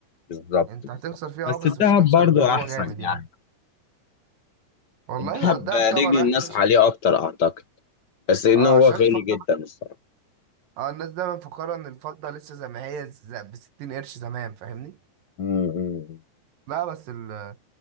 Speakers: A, on the left; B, on the right.
A: بالظبط
B: انت هتخسر
A: بالظبط
B: فيها
A: بس
B: اه بس
A: الذهب
B: مش هتخسر
A: برضو
B: اللي
A: احسن
B: هو جامد
A: يعني
B: يعني والله
A: الذهب
B: هو الذهب
A: رجل
B: طبعا
A: الناس
B: احلى عشان
A: عليه اكتر اعتقد بس انه
B: اه
A: هو
B: عشان
A: غالي
B: الفضه
A: جدا الصراحه
B: اه الناس دايما مفكره ان الفضه لسه زي ما هي ز- ب 60 قرش زمان فاهمني
A: امم أمم.
B: لا بس ال-